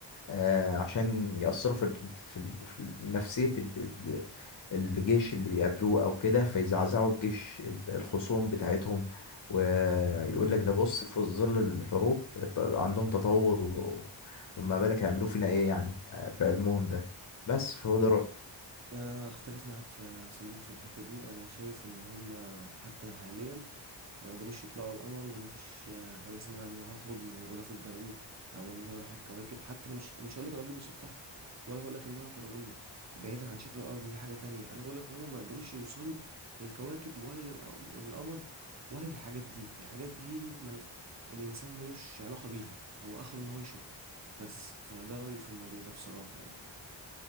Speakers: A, on the left; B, on the right.
A: آه، عشان يأثروا في ال- في ال- في ال- نفسية ال- ال- الجيش اللي بيقابلوه أو كده فيزعزعوا الجيش ال- الخصوم بتاعتهم ويقول لك ده بص في ظل الحروب الت- عندهم تطور و- وما بالك هيعملوا فينا إيه يعني آه، بعلمهم ده بس فهو ده رأيي
B: انا اختلف معاك في- يا صديقي في الحتة دي انا شايف ان هما حتى حاليا ما يقدروش يطلعوا القمر ومفيش آه، حاجة اسمها ان أنا هخرج من الغلاف الجوي او ان انا اروح الكواكب حتى انا مش مش هقول لك الارض مسطحة ولا هقول لك انها كروية بعيدا عن شكل الارض دي حاجة تانية انا بقول لك ان هما ما يقدروش يوصلوا للكواكب ولا للقم- للقمر ولا للحاجات دي الحاجات دي مل... الانسان ملوش علاقة بيها هو اخره ان هو يشوفها بس فده رأيي في الموضوع ده بصراحة يعني